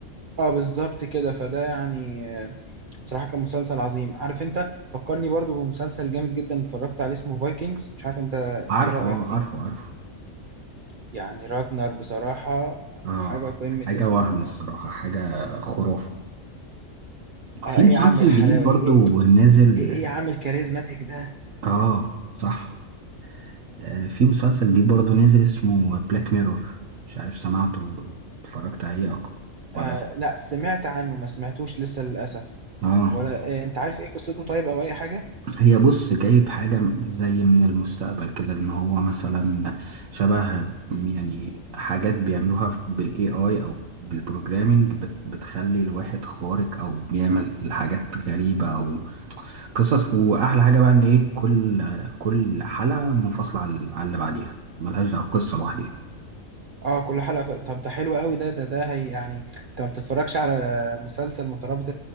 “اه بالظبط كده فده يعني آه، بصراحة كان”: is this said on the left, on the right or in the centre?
Right